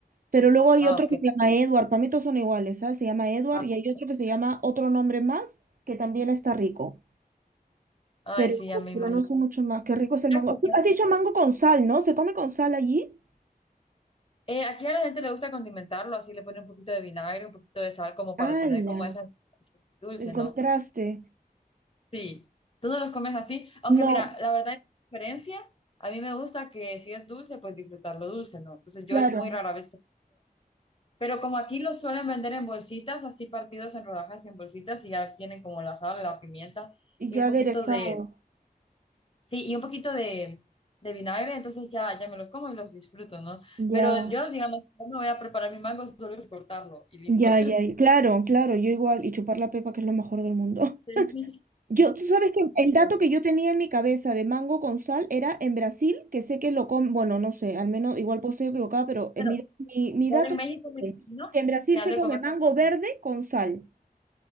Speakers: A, on the right; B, on the left.
A: Pero luego hay
B: Ah,
A: otro
B: ok.
A: que se llama Edward, para mí todos son iguales, ¿sabes? Se llama Edward
B: Ah,
A: y
B: pues,
A: hay otro que se llama otro nombre más, que también está rico,
B: Ay,
A: pero,
B: sí, ya me
A: pero
B: imagino.
A: no sé mucho más, qué rico es el
B: Mira
A: mango.
B: que yo-
A: Has dicho mango con sal, ¿no? ¿Se come con sal allí?
B: Eh, aquí a la gente le gusta condimentarlo, así le pone un poquito de vinagre, un poquito de sal, como
A: ¡Hala!
B: para tener como esa dulce,
A: El
B: ¿no?
A: contraste.
B: Sí. Tú no los comes así. Aunque
A: No,
B: mira, la verdad, la diferencia, a mí me gusta que si es dulce, pues disfrutarlo dulce, ¿no? Entonces yo
A: claro.
B: es muy rara vez que. Pero como aquí los suelen vender en bolsitas, así partidos en rodajas y en bolsitas, y ya tienen como la sal, la pimienta
A: Y
B: y
A: ya
B: un poquito
A: aderezados.
B: de. Sí, y un poquito de, de vinagre, entonces ya, ya me los como y los disfruto, ¿no?
A: Ya,
B: Pero yo, digamos, no me voy a preparar mi mango, solo es cortarlo y listo.
A: ya,
B: <laughs>
A: ya. y- Claro, claro, yo igual. Y chupar la pepa, que es lo mejor del mundo.
B: Sí,
A: <laughs> Yo, tú sabes que el
B: bien.
A: dato que yo tenía en mi cabeza de mango con sal era en Brasil, que sé que lo comen, bueno, no sé, al menos igual puedo estar equivocada, pero en
B: Bueno,
A: mi, mi, mi
B: igual
A: dato
B: en
A: es
B: México me
A: este,
B: imagino
A: que en Brasil
B: que han
A: se
B: de
A: come
B: comer
A: mango
B: bastante.
A: verde con sal.